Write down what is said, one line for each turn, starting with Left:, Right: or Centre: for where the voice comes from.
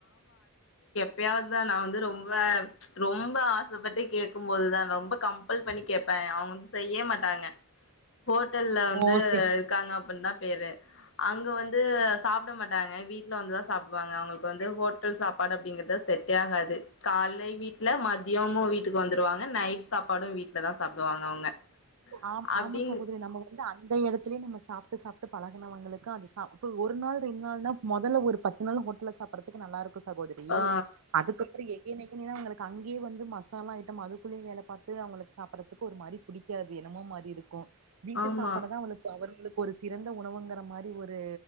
Left: எப்பயாதுதா நா வந்து ரொம்ப ரொம்ப ஆசப்பட்டு கேக்கும்போதுதா ரொம்ப கம் கம்பல் பண்ணி கேப்பே அவங்க வந் செய்ய மாட்டாங்க ஹோட்டல்ல வந்து
Right: ஓ சே
Left: இருக்காங்க அப்புந்தா பேரு அங்க வந்து சாப்ட மாட்டாங்க வீட்ல வந்துதா சாப்டுவாங்க அவங்க வந்து ஹோட்டல் சாப்பாடு அப்டிங்கறது செட்டேகாது கால்ல வீட்ல மதியமு வீட்டுக்கு வந்துருவாங்க நைட் சாப்பாடு வீட்ல தா சாப்டுவாங்க அவங்க
Right: ஆம்
Left: அப்டிங்
Right: ஆமா சகோதரி நம்ம வந்து அந் அந்த எடத்துலே நம்ம சாப்ட்டு சாப்ட்டு பழகுனவங்களுக்கு அது சாப் ஒரு நாள் ரெண்டு நாள்னா மொதல்ல ஒரு பத்து நாள் ஹோட்டல சாப்புட்றதுக்கு நல்லாருக்கு இப்ப சகோதரி
Left: ஆ
Right: அதுக்கப்ற எனக்னன்னா அவங்களுக்கு அங்கே வந்து மசாலா ஐட்டம் அதுக்குள்ளே வேல பாத்து அவங்களுக்கு சாப்புட்றக்கு ஒருமாரி புடிக்காது என்னுமோ மாரிருக்கு வீட்டு
Left: ஆமா.
Right: சாப்பாடு தா அவளுக்கு அவங்களுக்கு ஒரு சிறந்த உணவுங்ற மாரி ஒரு